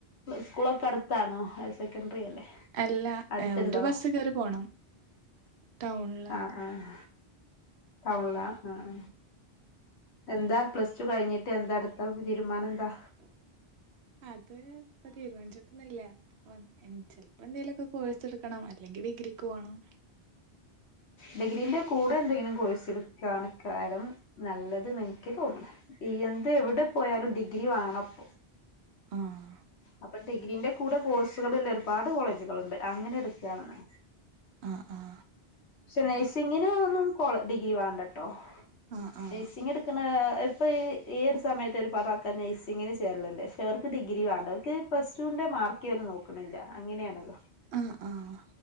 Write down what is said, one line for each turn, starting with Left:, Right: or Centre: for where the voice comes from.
Left: സ്കൂളൊക്കെ അടുത്താണോ ഹയർ സെക്കൻഡറിയല്ലേ
Right: അല്ല
Left: അടുത്ത്ണ്ടോ
Right: ഏഹ് ഒരു ബസ്സ് കേറി പോണം. ടൗണില്
Left: ആഹ് ആഹ് ടൗണ്ലാ ആഹ് എന്താ പ്ലസ് ടു കഴിഞ്ഞിട്ട് എന്താ അട് ത്ത തീരുമാനന്താ
Right: അത് ഇപ്പ തീരുമാനിച്ചിട്ടൊന്നുല്ല അപ്പം ചെലപ്പം എന്തേലൊക്കെ കോഴ്സ് എടുക്കണം അല്ലെങ്കി ഡിഗ്രിക്ക് പോണം
Left: ഡിഗ്രിൻ്റെ കൂടെ എന്തെങ്കിലും കോഴ്സ് എടുക്കണക്കാരം നല്ലത് ന്ന് എനിക്ക് തോന്ന്ണ് എന്ത് എവിടെ പോയാലും ഡിഗ്രി വേണപ്പോ
Right: ആഹ്
Left: ഇപ്പ ഡിഗ്രീന്റെ കൂടെ കോഴ്സുകളുള്ള ഒരുപാട് കോളേജുകളുണ്ട് അങ്ങനെ എടുക്കണ്ന്ന്
Right: ആഹ് ആഹ്
Left: പക്ഷെ നഴ്സിംഗിനൊന്നും കോള ഡിഗ്രി വേണ്ടട്ടോ
Right: ആഹ് ആഹ്
Left: നഴ്സിംഗ് എടുക്ക്ണേ ആ ഇപ്പ ഈ ഈ ഒരു സമയത്ത് ഒരുപാട് ആൾക്കാര് നഴ്സിംഗ് ന് ചേരല്ണ്ട് ക്ഷെ അവർക്ക് ഡിഗ്രി വേണ്ട അവർക്ക് പ്ലസ് ടുന്റെ മാർക്ക് ഇവര് നോക്ക് ണ്ല്ല അങ്ങനെയെണല്ലോ
Right: ആഹ് ആഹ്